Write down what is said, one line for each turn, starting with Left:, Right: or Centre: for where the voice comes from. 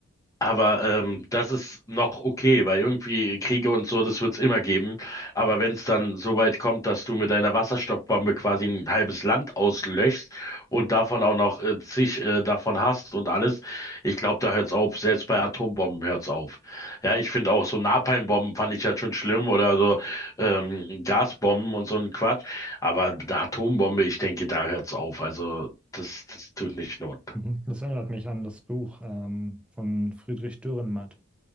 Left: aber ähm, das ist noch okay, weil irgendwie Kriege und so, das wird's immer geben. Aber wenn es dann so weit kommt, dass du mit deiner Wasserstoffbombe quasi ein halbes Land auslöschst und davon auch noch äh, zig äh, davon hast und alles, ich glaube, da hört's auf. Selbst bei Atombomben hört's auf. Ja, ich finde auch so Napalmbomben fand ich ja schon schlimm oder so ähm, Gasbomben und so ein Quatsch. Aber die Atombombe, ich denke, da hört's auf. Also das, das tut nicht Not.
Centre: Mhm. Das erinnert mich an das Buch ähm, von Friedrich Dürrenmatt,